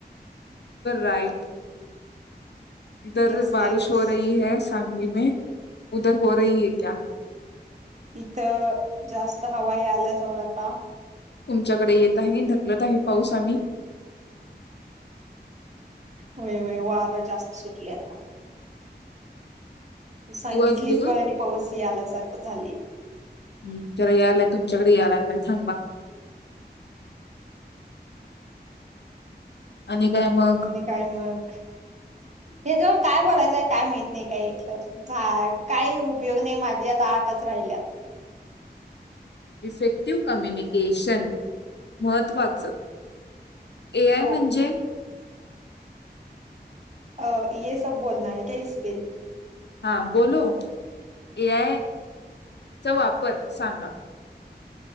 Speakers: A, on the left (about 75°); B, on the right (about 40°).
A: राईट इधर
B: येस
A: बारिश
B: येस
A: हो रही है सांगली मे उदर हो रही है क्या?
B: इथं जास्त हवाई आल्यासोर आता....
A: तुमच्याकडे येत आहे ढकलत आहे पाऊस आम्ही..
B: व्हय व्हय वारं जास्त सुटलय आता तू सांगितलीच
A: ती वाजली ग
B: बघ आणि पाऊस याल्यासारखं झाली.
A: हम् त्याला यायलाय तुमच्याकडे याय लागलाय थांबा आणि काय मग
B: आणि काय मग <inaudible> हे जवळ काय बोलायचंय काय माहित नाही काय एकसर झा काही उपयोग नाही माझी आता आठच राहिल्यात
A: इफेक्टिव्ह कम्युनिकेशन महत्त्वाचं एआय
B: सो
A: म्हणजे?
B: <unintelligible>
A: <unintelligible> ए आय चा वापर सांगा